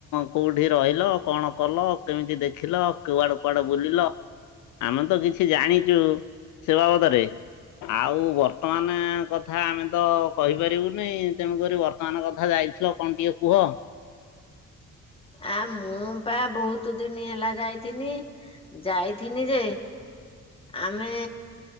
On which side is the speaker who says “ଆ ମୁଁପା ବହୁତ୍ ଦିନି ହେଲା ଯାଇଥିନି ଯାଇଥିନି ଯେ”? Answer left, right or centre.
Left